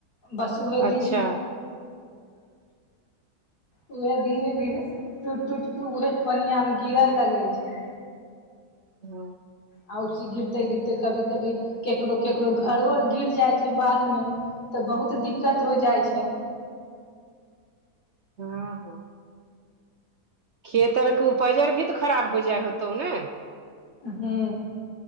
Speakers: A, on the left; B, on the right.
A: बस उह दिन
B: अच्छा
A: उएहे धीरे धीरे टूट टूट के उहे पनिया मे गिरे लगे छै
B: हँ
A: आ उसी गिरते गिरते कभी कभी केकरो केकरो घरो आर गिर जाई छै बाढ़मे तऽ बहुत दिक्कत हो जाइ छै
B: हँ हँ खेत आर कु उपजर भी तऽ खराब हो जाय होतौ ने
A: हू